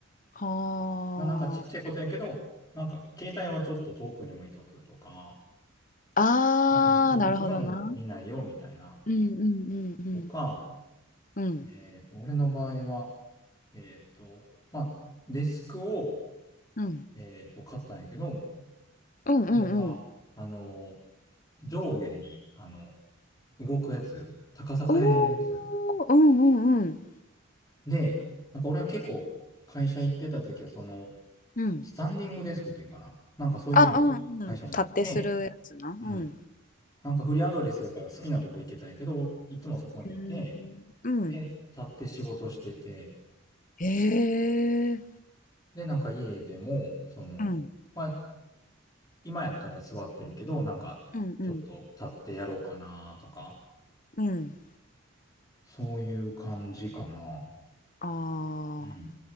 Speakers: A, on the left; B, on the left.
A: は
B: まあ、なんかちっちゃいことやけど、なんか携帯はちょっと遠くに置いとくとか、
A: あ。
B: なんかもう仕事中はもう見ないよみたいな、
A: あー、なるほどな。うんうんうん
B: とか、
A: うん。うん。
B: えっと、俺の場合は、えっと、まあ、デスクを、
A: うん。
B: えっと、買ったんやけど、
A: うんうんうん。
B: それが、あの、上下に、あの、動くやつ、高さ変えれるやつ。
A: おー、うんうんうん。
B: で、なんか俺は結構、会社行ってた時は、その、
A: うん。
B: スタンディングデスクっていうんかな。なんかそういうのが会社にあって、
A: あ、うんうん。立ってするやつな。うん。
B: うん。なんかフリーアドレスやから好きなとこ行けたんやけど、いつもそこにいて、
A: へえ。うん。
B: で、立って仕事してて、
A: へえ。
B: で、なんか家でも、その、
A: うん。
B: まあ、今やったら座ってるけど、なんか、
A: うんうん。
B: ちょっと立ってやろうかなとか、
A: うん。
B: そういう感じかな。
A: あ
B: うん。
A: あ。